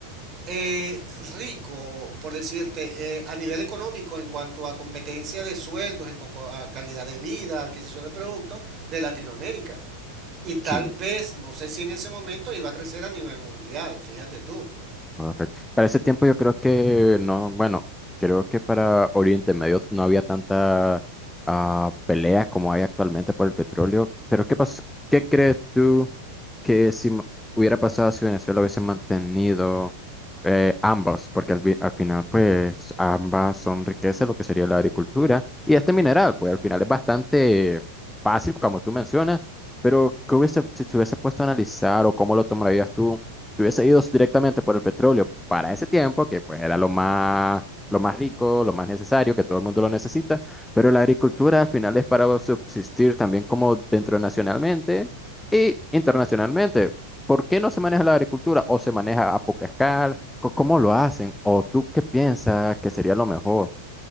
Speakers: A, on the right; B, in the centre.
A: eh, rico, por decirte, eh, a nivel económico en cuanto a competencia de sueldos, en cuanto a calidad de vida, adquisición de productos de Latinoamérica. Y tal
B: sí,
A: vez, no sé si en ese momento iba a crecer a nivel mundial, fíjate tú.
B: Correcto. Para ese tiempo yo creo que no, bueno, creo que para Oriente Medio no había tanta ah, pelea como hay actualmente por el petróleo. Pero ¿qué pas- ¿Qué crees tú que si m- hubiera pasado si Venezuela hubiese mantenido eh, ambas? Porque al, vi- al final, pues, ambas son riquezas, lo que sería la agricultura y este mineral, pues al final es bastante fácil, como tú mencionas. Pero, ¿qué hubiese, si te hubiese puesto a analizar o cómo lo tomarías tú? si hubiese ido directamente por el petróleo para ese tiempo, que pues era lo más, lo más rico, lo más necesario, que todo el mundo lo necesita, pero la agricultura al final es para subsistir también como dentro nacionalmente e internacionalmente. ¿Por qué no se maneja la agricultura o se maneja a poca escala? Co- ¿Cómo lo hacen? ¿O tú qué piensas que sería lo mejor